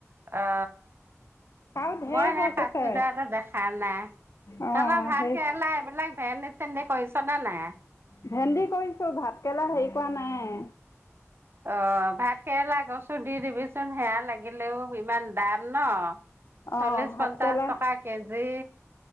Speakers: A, on the right (about 50°); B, on the left (about 75°).
A: অ।
B: আৰু ঢেৰ
A: মই সেই
B: গছ
A: কাচি
B: আছে
A: দয়াটো দেখা নাই
B: অ
A: তহতৰ ভাত
B: সেই
A: কেৰেলা এইবিলাক ভেন্দী চেন্দি কৰিছ ন নাই।
B: ভেন্দি কৰিছো ভাতকৰেলা হেৰি কৰা নাই।
A: অ ভাত কেৰেলা গছো দি দিবিচোন সেয়া লাগিলেও ইমান দাম ন।
B: অ
A: চল্লিশ
B: ভাতকেৰেলা
A: পঞ্চাশ টকা কেজি।